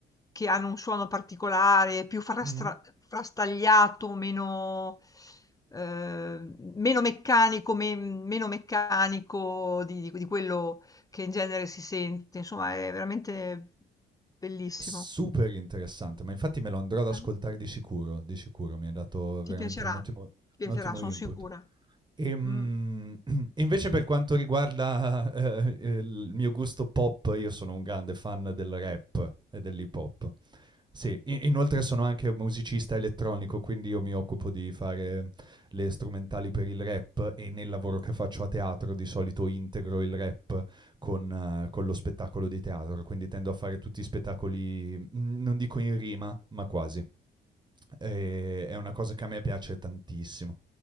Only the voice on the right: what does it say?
Mhm.
Super interessante, ma infatti me lo andrò ad ascoltare
di sicuro, di sicuro, mi hai dato veramente
un ottimo,
un ottimo
input.
Ehm,
<clears throat> invece per quanto riguarda, ehm, il mio gusto pop, io sono un grande fan del rap e dell'hip hop. Sì, i inoltre sono anche musicista elettronico, quindi io mi occupo di fare le strumentali per il rap e nel lavoro che faccio a teatro di solito integro il rap con eh, con lo spettacolo di teatro, quindi tendo a fare tutti i spettacoli, mhmm, non dico in rima, ma quasi. Ehm, è una cosa che a me piace tantissimo